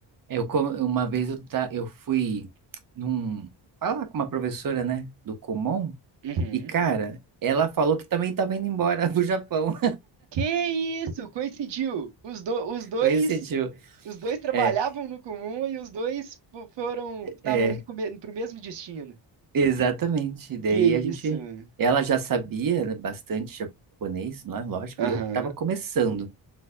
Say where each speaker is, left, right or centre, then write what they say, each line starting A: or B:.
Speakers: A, on the right; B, on the right.
A: Eu, co- uma vez eu, ta, eu fui num, falar com uma professora, né, do Kumon,
B: Uhum.
A: e cara, ela falou que também tava indo embora <laughs> pro Japão.
B: Que isso? Coincidiu. Os, do,
A: <laughs>
B: os dois,
A: Coincidiu.
B: os dois trabalhavam
A: É,
B: no comum e os dois fo- foram, estavam
A: é.
B: indo para o mesmo destino.
A: Exatamente. E Daí
B: Que
A: a gente.
B: isso? mano.
A: Ela já sabia, né, bastante japonês, não é? Lógico,
B: Aham,
A: e eu estava começando.